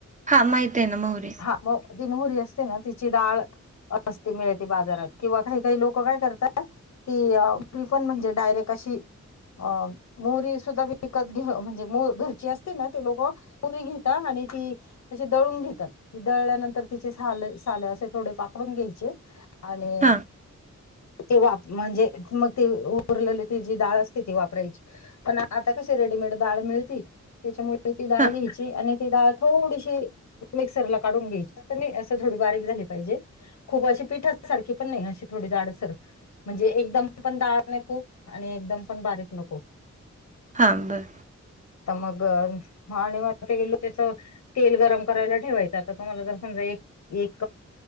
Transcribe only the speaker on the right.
हा माहित आहे ना मोहरी
हा
हा
हां बरं